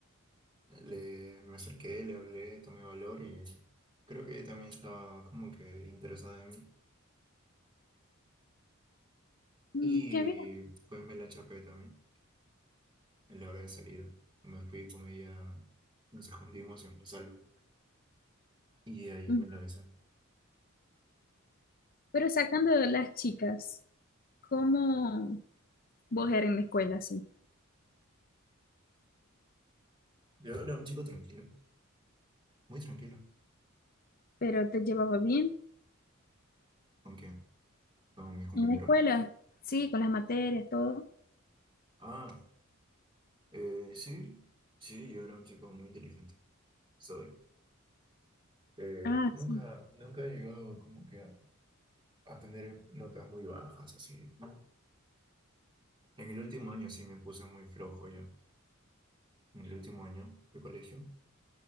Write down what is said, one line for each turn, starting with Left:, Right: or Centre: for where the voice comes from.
Right: le, me acerqué, le hablé, tomé valor y creo que ella también estaba como que interesada en mí.
Left: Mm,
Right: Y
Left: qué bien.
Right: pues me la chapé también en la hora de salida. Me fui con ella, nos escondimos en un salón y ahí
Left: Mm.
Right: me la besé.
Left: Pero sacando de las chicas, ¿cómo vos eras en la escuela, sí?
Right: Yo era un chico tranquilo, muy tranquilo.
Left: ¿Pero te llevaba bien
Right: ¿Con quién? Con mis compañeros.
Left: en la escuela? Sí, con las materias, todo.
Right: Ah, Eh, sí, sí, yo era un chico muy inteligente. Soy. Eh,
Left: Ah,
Right: nunca,
Left: sí.
Right: nunca he llegado como que a, a tener notas muy bajas, así. ¿no? En el último año sí me puse muy flojo ya, en el último año de colegio.